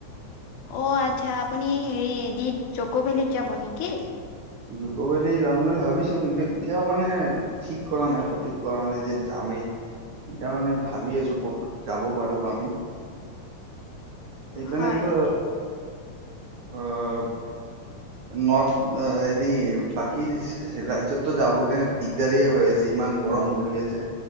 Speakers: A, on the left; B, on the right.
A: অ আচ্ছা আপুনি হেৰি জক' ভেলীত যাব নেকি?
B: জুকভেলি যাম বুলি ভাবিছো কিন্তু এতিয়াও মানে ঠিক কৰা নাই সত। ঠিক কৰা নাই যে যামে এতিয়া মানে ভাবি আছো ক'ত যাব পাৰো আমি এইপিনেটো
A: হয়।
B: আহ। নৰ্থ হৰি বাকী ৰাজ্যতো যাবৰ কোনে দিগদাৰিয়েই হৈ আছে। ইমান গৰম পৰি আছে